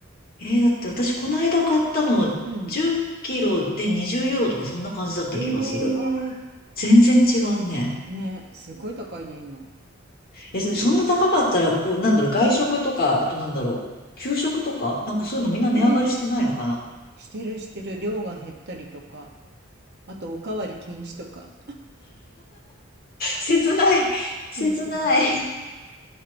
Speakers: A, on the left (about 45°); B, on the right (about 50°).
A: ええだって私この間買ったの10キロで20ユーロとかそんな感じだった気がする。
B: うん。ええ
A: 全然違うね。
B: ね、すごい高いの今。
A: え、そそんな高かったら、こう、なんだろう、外食とか、あとなんだろう、給食とかなんかそういうのみんな値上がりしてないのかな
B: ね、してるしてる。量が減ったりとか。あと、おかわり禁止とか。
A: 切ない。切ない。
B: うちは